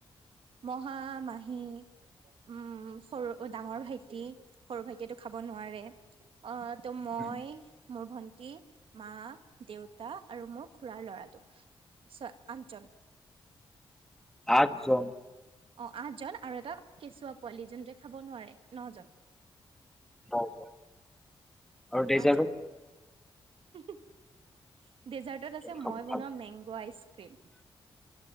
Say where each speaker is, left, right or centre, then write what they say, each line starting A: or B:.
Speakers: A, on the right; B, in the centre.
A: মহা-মাহী উম সৰু অ' ডাঙৰ ভাইটি, সৰু ভাইটিয়েটো খাব নোৱাৰে অহ। তো মই
B: উম,
A: মোৰ ভন্টি, মা, দেউতা আৰু মোক খুৰাৰ ল'ৰাটো ছ, আঠজন।
B: আঠজন।
A: অ' আঠজন আৰু এটা কেঁচুৱা পোৱালি যোনটো খাব নোৱাৰে, ন'জন,
B: নজন আৰু ডেজাৰ্টো
A: আঠজন। <inaudible> ডেজাৰ্টত আছে
B: খাব
A: মই
B: ভাল।
A: বনোৱা মেংগো আইচক্ৰীম ।